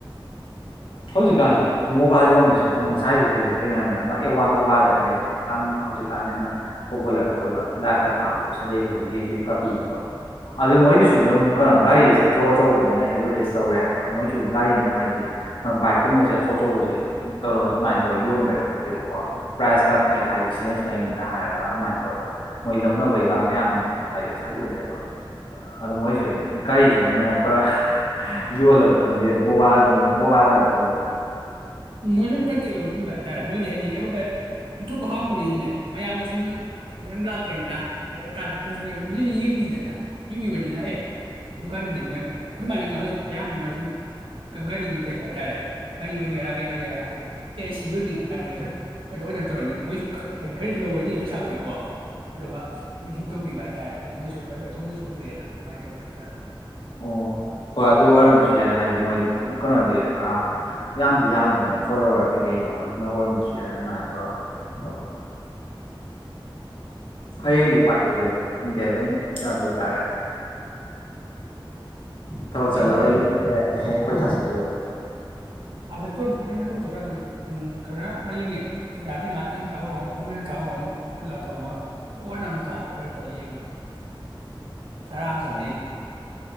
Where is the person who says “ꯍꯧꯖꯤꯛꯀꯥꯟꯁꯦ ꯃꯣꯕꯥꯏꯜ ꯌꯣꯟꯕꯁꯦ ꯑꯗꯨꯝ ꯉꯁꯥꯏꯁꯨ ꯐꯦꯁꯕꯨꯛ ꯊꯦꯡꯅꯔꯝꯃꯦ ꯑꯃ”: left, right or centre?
Left